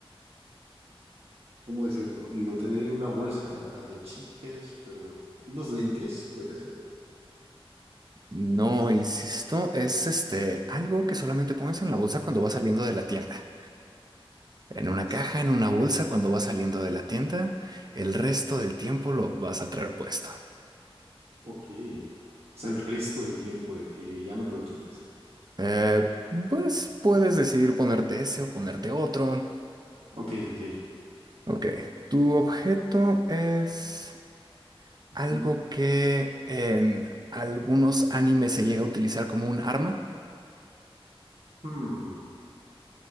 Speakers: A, on the right (about 80°); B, on the right (about 45°).
A: ¿cómo decirlo? Lo tendría en una bolsa de chicas, pero unos lentes, podría ser,
B: No,
A: lentes de...
B: insisto, es este algo que solamente pones en la bolsa cuando vas saliendo de la tienda. En
A: no,
B: una caja, en una bolsa, cuando vas saliendo de la tienda, el resto del tiempo lo vas a traer puesto.
A: Ok. O sea, el resto del tiempo de que ya no te lo quitas.
B: Eh, pues puedes decidir ponerte ese o ponerte otro.
A: Ok, ok.
B: Ok, tu objeto es algo
A: Mm,
B: que en algunos animes se llega a utilizar como un arma.
A: mm,